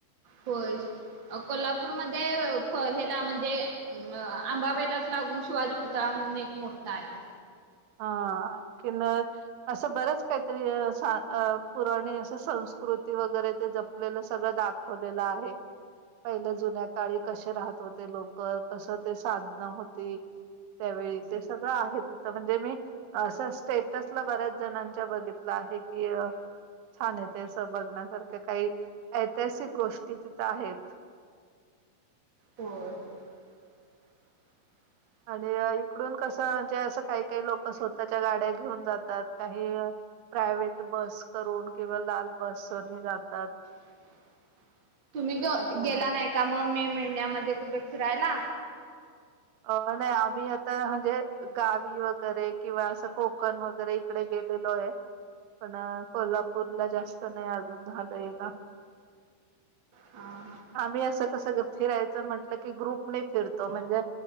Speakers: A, on the right; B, on the right.
A: होय कोल्हापूरमधे हेला म्हणजे आंबाबाईलाच ला गुन शिवाजी पुतळा म्हणून एक मोठा आहे.
B: ह आणखीन असं बरेच काहीतरी अस पुराणी असं संस्कृ कृती वगैरे ते जपलेलं सगळं दाखवलेलं आहे. पहिले जुन्या काळी कसे राहत होते लोक कसं ते साधनं होती. त्यावेळी ते सगळं आहे तिथं म्हणजे मी असं स्टेटसला बऱ्याच जणांच्या बघितलं आहे की छान आहे ते असं बघण्यासारख्या काही ऐतिहासिक गोष्टी तिथं आहे
A: होय होय. <inaudible>
B: आणि इकडून कसं म्हणजे असं काही काही ही लोक स्वतःच्या गाड्या घेऊन जातात. काही प्रायव्हेट बस करून किंवा लाल बसने जातात.
A: <inaudible> तुम्ही गेला
B: आणि अ
A: नाही का, मग मे महिन्यामध्ये कुठे फिरायला?
B: अ नाही आम्ही आता म्हणजे गावी वगैरे किंवा असं कोकण वगैरे इकडे गे आहे पण कोल्हापूर ला जास्त नाही अजून झालंय ना
A: हम
B: आम्ही असं कसं फिरायचं म्हंटलं की ग्रुपने फिरतो म्हणजे